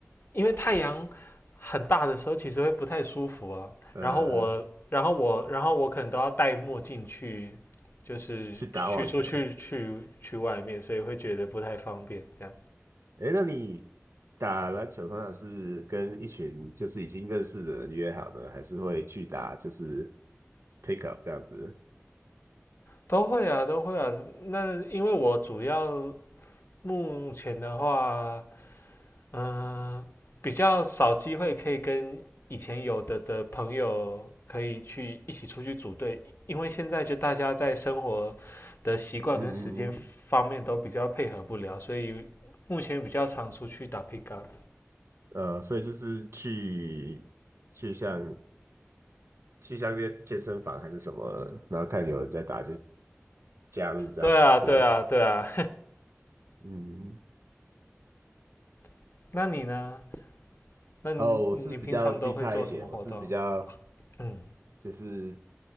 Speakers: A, on the left; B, on the right.
A: 因为太阳很大的时候其实会不太舒服啊。
B: 呃，
A: 然后我，然后我，然后我可能都要戴墨镜去，就是去出去去去外面，
B: 去打网球。
A: 所以会觉得不太方便这样。
B: 哎，那你打篮球通常是跟一群就是已经认识的人约好呢，还是会去打就是 pick up 这样子？
A: 都会啊，都会啊。那因为我主要目前的话，嗯、比较少机会可以跟以前有的的朋友可以去一起出去组队，因为现在就大家在生活的习惯跟时间方面都比较配合不了，
B: 嗯嗯
A: 所以目前比较常出去打 pick up。
B: 嗯，呃，所以就是去去像去像那些健身房还是什么，然后看有人在打就加入这样子是吗？
A: 对啊，对啊，对啊。
B: 嗯，
A: <laughs> 那你呢？那你你平常都会做什么活动？
B: 哦，我是比较静态一点，我是比较。
A: 嗯
B: 就是